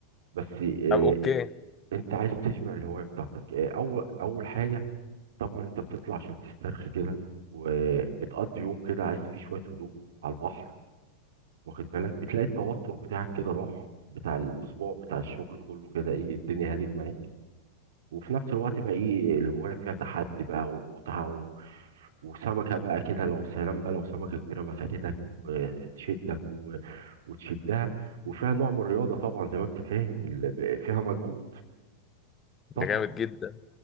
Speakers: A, on the right (about 60°); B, on the left (about 20°).
A: بس آه،
B: طب أوكي
A: انت عايز تشبع الهوايه بتاعتك آه، اول اول حاجه طبعا انت بتطلع عشان تسترخي كده وبتقضي يوم كده عايز فيه شويه هدوء على البحر واخد بالك بتلاقي التوتر بتاعك كده راح بتاع الاسبوع بتاع الشغل كله كده ايه الدنيا هدت معاك وفي نفس الوقت بقى ايه الهواية فيها تحدي بقى ومتعة و... وسمكة بقى كده لو سلام بقى لو سمكة كبيرة مسكتك وتشدك و... وتشدها وفيها نوع من الرياضة طبعا زي ما انت فاهم ال... فيها مجهود
B: ده
A: صح؟
B: جامد جدا